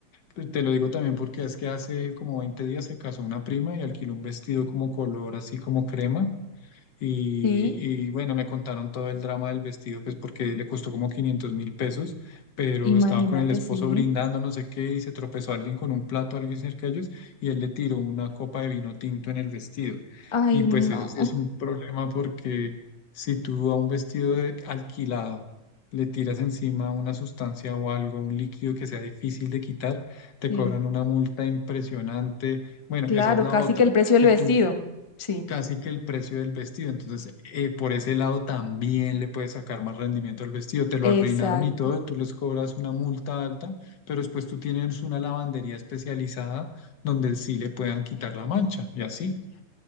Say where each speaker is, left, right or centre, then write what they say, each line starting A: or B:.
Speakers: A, on the left; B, on the left.
A: Pues, Te lo digo también porque es que hace como 20 días se casó una prima y alquiló un vestido como color así como crema y,
B: Sí,
A: y bueno, me contaron todo el drama del vestido, pues porque le costó como quinientos mil pesos, pero
B: imagínate,
A: estaba con el esposo
B: sí.
A: brindando, no sé qué, y se tropezó alguien con un plato, alguien cerca de ellos, y él le tiró una copa de vino tinto en el vestido.
B: Ay,
A: Y pues
B: no.
A: eso sí es un problema porque si tú a un vestido de- alquilado le tiras encima una sustancia o algo, un líquido que sea difícil de quitar, te
B: Sí,
A: cobran una multa impresionante. Bueno,
B: claro,
A: esa es la
B: casi
A: otra,
B: que el precio del
A: que
B: vestido.
A: tú
B: Sí,
A: casi que el precio del vestido. Entonces, eh, por ese lado también le puedes sacar más rendimiento al vestido. Te lo
B: exacto.
A: arruinaron y todo, tú les cobras una multa alta, pero después tú tienes una lavandería especializada donde sí le puedan quitar la mancha y así.